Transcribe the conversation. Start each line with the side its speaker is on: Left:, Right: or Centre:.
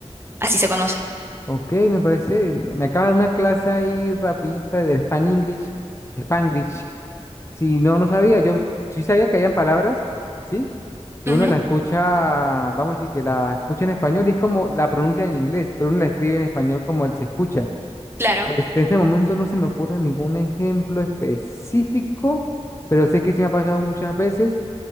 Right: así se conoce.
Left: Ok, me parece, me acaba de dar una clase ahí rapidita del Span English, Spanglish. Si no, no sabía, yo sí sabía que habían palabras, ¿sí? Que
Right: Ujú,
Left: uno la escucha, vamos a decir, que la escucha en español y es como la pronuncia en inglés, pero uno la escribe en español como él se escucha.
Right: claro.
Left: Este, en este momento no se me ocurre ningún ejemplo específico, pero sé que sí me ha pasado muchas veces